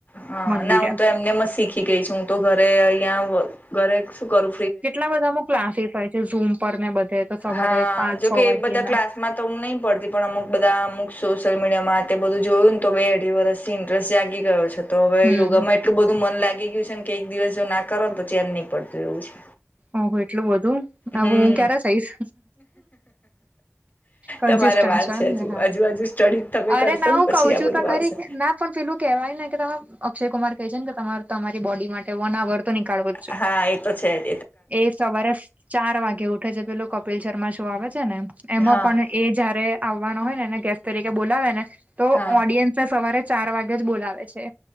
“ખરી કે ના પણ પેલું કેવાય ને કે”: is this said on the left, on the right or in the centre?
Right